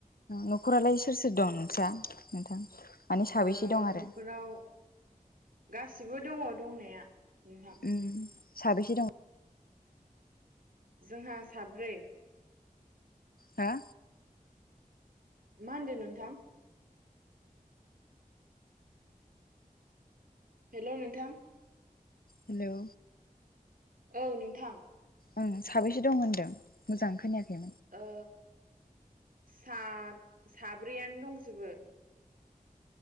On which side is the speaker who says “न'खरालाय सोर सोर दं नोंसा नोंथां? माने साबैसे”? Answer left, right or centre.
Left